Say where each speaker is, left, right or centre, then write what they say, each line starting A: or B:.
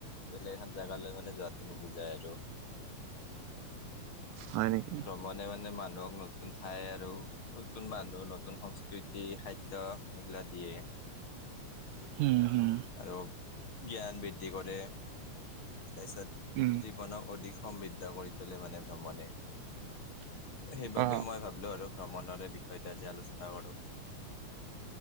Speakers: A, on the left (about 45°); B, on the right (about 85°).
A: বেলেগ এখন জেগালৈ মানে যোৱাতো নুবুজায় আৰু।
B: হয় নেকি
A: ভ্ৰমণে মানে ম ক নতুন ঠাই আৰু নতুন মানুহ, নতুন সংস্কৃতি খাদ্য দ এইগিলা দিয়ে।
B: হম, হম।
A: আৰু জ্ঞান বৃদ্ধি কৰে, তাৰপিছত
B: উম
A: জীৱনক অধিক সমৃদ্ধা কৰি তোলে মানে ভ্ৰমণে, সেইবাবে
B: অ
A: মই ভাবিলো আৰু ভ্ৰমণৰে বিষয়টো আজি আলোচনা কৰোঁ।